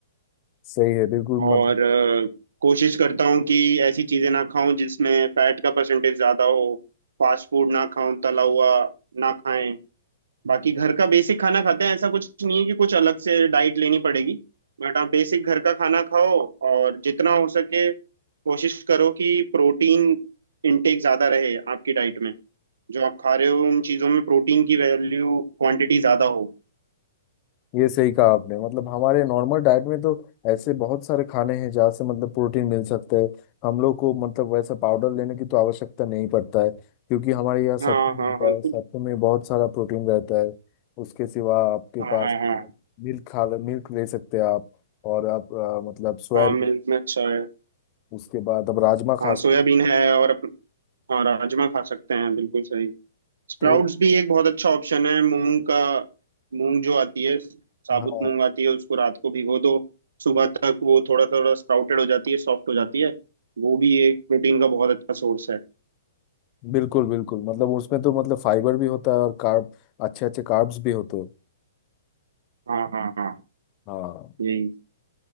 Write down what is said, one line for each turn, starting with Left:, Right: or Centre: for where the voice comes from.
Left: सही है बिल्कुल
Right: और
Left: मतलब
Right: अ, कोशिश करता हूँ कि ऐसी चीजें ना खाऊं जिसमें फैट का परसेंटेज ज्यादा हो फास्ट फूड ना खाऊं तला हुआ ना खाएं बाकी घर का बेसिक खाना खाते हैं ऐसा कुछ नहीं है कि कुछ अलग से डाइट लेनी पड़ेगी बट आप बेसिक घर का खाना खाओ और जितना हो सके कोशिश करो कि प्रोटीन इनटेक ज्यादा रहे आपकी डाइट में जो आप खा रहे हो उन चीजों में प्रोटीन की वैल्यू क्वांटिटी ज्यादा हो
Left: ये सही कहा आपने मतलब हमारे नॉर्मल डाइट में तो ऐसे बहुत सारे खाने हैं जहाँ से मतलब प्रोटीन मिल सकता है हम लोग को मतलब वैसा पाउडर लेने की तो आवश्यकता नहीं पड़ता है क्योंकि हमारे यहाँ सत्तू
Right: हाँ
Left: मिलता
Right: हाँ हाँ
Left: है
Right: कुछ-
Left: सत्तू में बहुत सारा प्रोटीन रहता है उसके सिवा आपके
Right: हाँ
Left: पास
Right: हाँ हाँ
Left: मिल्क खा मिल्क ले सकते हैं आप और आप अ, मतलब सोयाबीन
Right: हाँ मिल्क में अच्छा है
Left: उसके बाद आप राजमा खा
Right: हाँ
Left: सकते
Right: सोयाबीन है और अप- हाँ राजमा खा सकते हैं बिल्कुल सही स्प्राउट्स
Left: हो तो
Right: भी एक बहुत अच्छा ऑप्शन है मूंग का मूंग जो आती है साबुत
Left: हाँ
Right: मूंग आती है उसको रात को भिगो दो सुबह तक वो थोड़ा थोड़ा स्प्राउटेड हो जाती है सॉफ्ट हो जाती है वो भी एक प्रोटीन का बहुत अच्छा सोर्स है
Left: बिल्कुल बिल्कुल मतलब उसमें तो मतलब फाइबर भी होता है और कार्ब अच्छे अच्छे कार्ब्स भी होते हैं
Right: हाँ हाँ हाँ
Left: हाँ
Right: यही